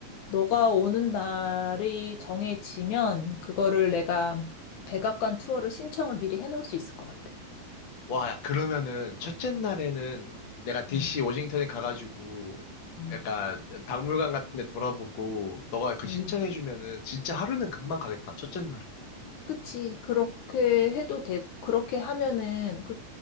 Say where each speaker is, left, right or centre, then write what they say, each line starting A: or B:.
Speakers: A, on the left; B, on the left.
A: 너가 오는 날이 정해지면 그거를 내가 백악관 투어를 신청을 미리 해놓을 수 있을 것 같아.
B: 와, 야, 그러면은 첫째 날에는 내가 DC
A: 응,
B: 워싱턴에 가가지고
A: 응,
B: 약간 박물관 같은 데 돌아보고 너가 그
A: 응.
B: 신청해주면은 진짜 하루는 금방 가겠다, 첫째 날은.
A: 그치. 그렇게 해도 되고, 그렇게 하면은 그,